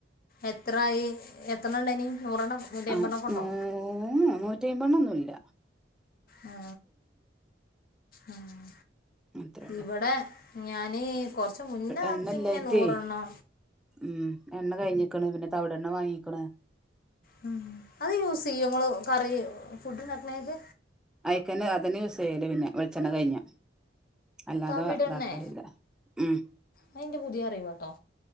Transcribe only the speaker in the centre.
ആഹ് നൂ
നൂറ്റിമ്പെണ്ണ ഒന്നുമല്ല
അത്രേള്ളൂ
എണ്ണല്ലായിറ്റേ
ഉം എണ്ണ കഴിഞ്ഞിക്കണ് പിന്നെ തവിടെ എണ്ണ വാങ്ങിക്കണ്
അയക്കന് അതിന് സെയില് പിന്നെ വെളിച്ചെണ്ണ കഴിഞ്ഞ അല്ലാതെ
ഇതാക്കലില്ല ഉം